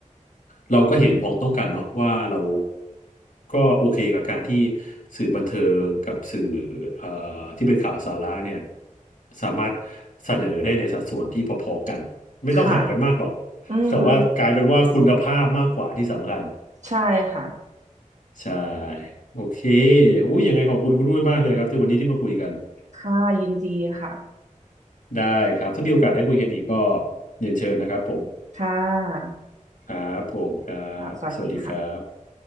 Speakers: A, on the left; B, on the right.
A: เราก็เห็นพ้องต้องกันเนาะว่าเราก็โอเคกับการที่สื่อบันเทิงกับสื่อเอ่อที่เป็นข่าวสาระเนี่ยสามารถเสนอได้ในสัดส่วนที่พอๆกันไม่ต้องห่างกันมากหรอก
B: ค่ะ อืม
A: แต่ว่ากลายเป็นว่าคุณภาพมากกว่าที่สำคัญ
B: ใช่ค่ะ
A: ใช่โอเคอุ้ยยังไงขอบคุณคุณอุ้ยมากเลยครับที่วันนี้ที่มาคุยกัน
B: ค่ะยินดีค่ะ
A: ได้ครับถ้ามีโอกาสได้คุยกันอีกก็เรียนเชิญนะครับผม
B: ค่ะ
A: ครับผมครับสวัสดีครับ
B: ค่ะสวัสดีค่ะ